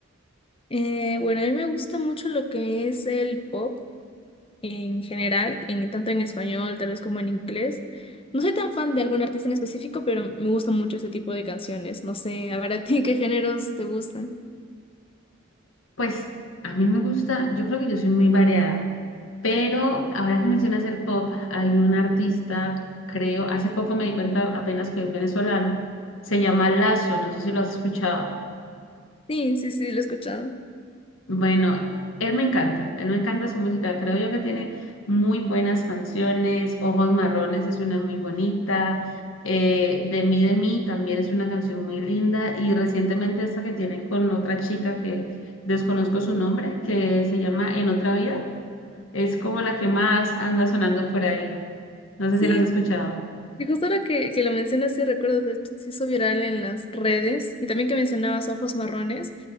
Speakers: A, on the left; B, on the left.
A: Eh, bueno, a mí me gusta mucho lo que es el pop en general, en, tanto en español, tal vez como en inglés. No soy tan fan de algún artista en específico, pero me gusta mucho este tipo de canciones. No sé, a ver a ti <laughs> qué géneros te gustan.
B: Pues a mí me gusta, yo creo que yo soy muy variada, pero ahora que mencionas el pop, hay un artista, creo, hace poco me di cuenta apenas que es venezolano, se llama Lazo, no sé si lo has escuchado.
A: Sí, sí, sí, lo he escuchado.
B: Bueno, él me encanta, él me encanta su música, creo yo que tiene muy buenas canciones, Ojos Marrones es una muy bonita, eh, De mí, de mí también es una canción muy linda y recientemente esta que tiene con otra chica que desconozco su nombre, que se llama En otra vida, es como la que más anda sonando por ahí, no sé
A: sí
B: si la has escuchado.
A: Y justo ahora que, que lo mencionas, sí recuerdo, de hecho, se hizo viral en las redes y también que mencionabas Ojos Marrones.